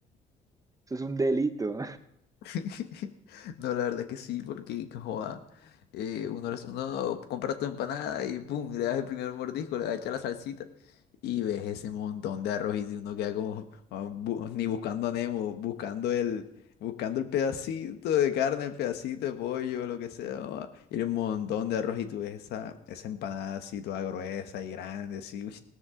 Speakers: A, on the right (about 20°); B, on the left (about 75°).
A: Eso es un delito,
B: <laughs> No, la verdad que sí, porque joda, eh, uno, les- uno compra tu empanada y pum, le das el primer mordisco, le das a echar la salsita y ves ese montón de arroz y si uno queda como ah, bu- ni buscando a Nemo, buscando el, buscando el pedacito de carne, el pedacito de pollo, lo que sea, joda, y el montón de arroz y tú ves esa, esa empanada así toda gruesa y grande, así, uy,